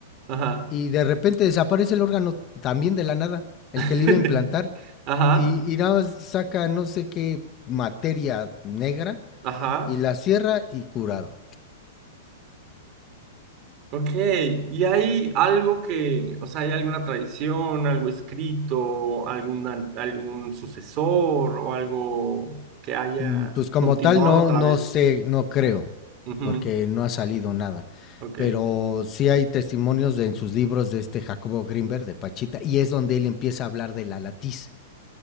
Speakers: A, on the right (about 35°); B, on the left (about 25°).
A: ajá.
B: y de repente desaparece el órgano también de la nada, el
A: <laughs>
B: que le iba a implantar,
A: Ajá,
B: y, y nada más saca no sé qué materia negra
A: ajá.
B: y la cierra y curado.
A: Ok, ¿y hay algo que, o sea, hay alguna tradición, algo escrito, algún, algún sucesor o algo que haya
B: Mm, Pues como
A: continuado
B: tal no,
A: otra
B: no
A: vez?
B: sé, no creo,
A: Ujú,
B: porque no ha salido nada.
A: Ok.
B: Pero sí hay testimonios de- en sus libros de este Jacobo Greenberg, de Pachita, y es donde él empieza a hablar de la latiz,